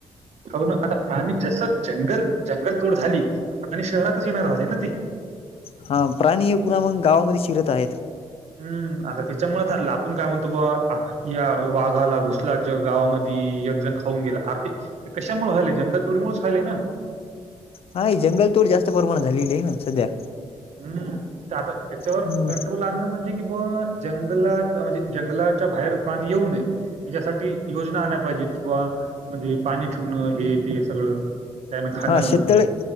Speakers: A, on the right; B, on the left.
A: हौ नां आता प्राणी जसं जंगल जंगल तोड झाली तर प्राणी शहरातच येणार जाणार नां ते.
B: हां प्राणी हे पुन्हा मगं गावांमध्ये शिरत आहेत.
A: हुं आता तीच्यामुळे आपण काय म्हणतो बुवा आं या वाघाला घुसला ज गावामध्ये, एक जण खाऊन गेला आर ते ते कशामुळे व्हालय, जंगल तोडीमुळेंच व्हालय नां!
B: हा ही जंगल तोड जास्त प्रमाणात झालेली ना सध्या.
A: हम्म, का ते आता त्याच्यावर
B: हम्म.
A: कंट्रोल प्लाननं म्हणजे की बवा, जंगलात म्हणजे जंगलाच्या बाहेर प्राणी येऊ नये. हेज्यासाठी योजना आणाय पाहिजेत कि बवा, म्हणजे पाणी ठेवणं हे ते सगळं. त्यानं खाणं.
B: हां शेततळे,